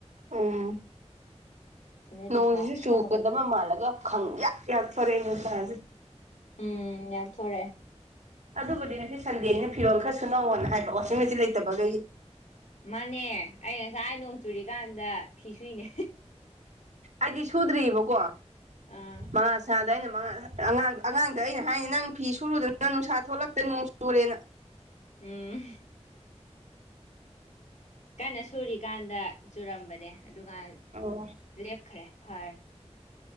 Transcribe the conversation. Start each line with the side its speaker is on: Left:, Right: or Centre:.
Right: ꯑꯨꯝ
Left: ꯑꯗꯩ
Right: ꯅꯣꯡꯁꯤꯁꯨ
Left: ꯄꯩꯁꯥ ꯍꯥꯞꯄꯒꯗꯤ
Right: ꯆꯨꯒꯗꯕ ꯃꯥꯜꯂꯒ ꯈꯪ ꯌꯥ ꯌꯥꯛꯊꯣꯔꯛꯑꯦ ꯅꯨꯡꯁꯁꯦ
Left: ꯑꯝ ꯌꯥꯛꯊꯣꯔꯛꯑꯦ
Right: ꯑꯗꯨꯕꯨꯗꯤ ꯅꯁꯤ ꯁꯟꯗꯦꯅꯤꯅ ꯐꯤꯔꯣꯜ ꯈꯔ ꯁꯨꯅꯧꯋꯅ ꯍꯥꯏꯕ ꯋꯁꯤꯡ ꯃꯆꯤꯟ ꯂꯩꯇꯕꯒꯩꯒꯤ
Left: ꯃꯥꯅꯦ ꯑꯩ ꯉꯁꯥꯏ ꯅꯣꯡ ꯆꯨꯔꯤꯀꯥꯟꯗ ꯐꯤ ꯁꯨꯏꯅꯦ
Right: ꯑꯩꯗꯤ ꯁꯨꯗ꯭ꯑꯔꯤꯕꯀꯣ
Left: ꯑꯥ
Right: <unintelligible> ꯁꯗ ꯑꯩꯅ ꯃꯉꯟ ꯑꯉꯥꯡ ꯑꯉꯥꯡꯗ ꯑꯩꯅ ꯍꯥꯏꯅꯤ ꯅꯪ ꯐꯤ ꯁꯨꯔꯨꯗꯅ ꯅꯨꯡꯁꯥ ꯊꯣꯛꯂꯛꯇꯦ ꯅꯣꯡ ꯆꯨꯔꯦꯅ
Left: ꯑꯨꯝ ꯀꯟꯅ ꯁꯨꯔꯤꯀꯥꯟꯗ ꯆꯨꯔꯝꯕꯅꯦ ꯑꯗꯨꯀꯥꯟ
Right: ꯑꯣ
Left: ꯂꯦꯞꯈ꯭ꯔꯦ ꯐꯔꯦ